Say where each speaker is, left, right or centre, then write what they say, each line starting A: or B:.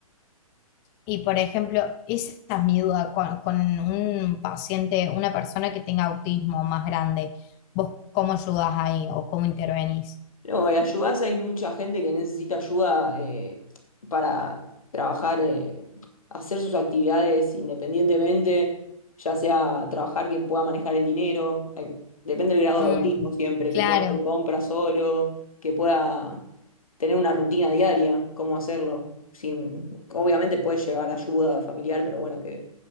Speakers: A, on the left; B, on the left.
A: Y por ejemplo, esa es mi duda con, con un paciente, una persona que tenga autismo más grande, ¿vos cómo ayudás ahí o cómo intervenís?
B: No, eh, ayudás, hay mucha gente que necesita ayuda eh, para trabajar, eh, hacer sus actividades independientemente, ya sea trabajar que pueda manejar el dinero, hay- depende del grado
A: Mm,
B: de autismo siempre,
A: claro,
B: que pueda hacer compras solo, que pueda tener una rutina diaria, cómo hacerlo, sin, obviamente puede llegar ayuda familiar, pero bueno, que,